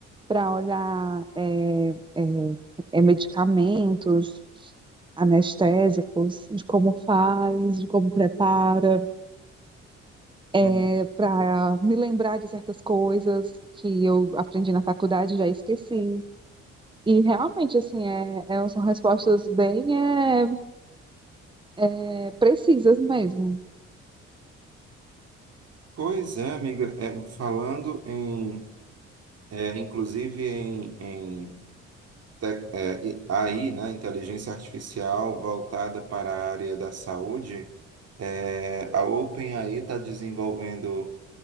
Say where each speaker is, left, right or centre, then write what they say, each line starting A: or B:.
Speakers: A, on the right; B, on the right.
A: para olhar é, é, é, medicamentos, anestésicos, de como faz, de como prepara,
B: Hum.
A: é, para me lembrar de certas coisas que eu aprendi na faculdade e já esqueci. E realmente, assim, é, é- são respostas bem é, é, precisas mesmo.
B: Pois é, amiga, é, falando em, é, inclusive em, em tec- é, e- AI, né, inteligência artificial voltada para a área da saúde, É, a OpenAI está desenvolvendo,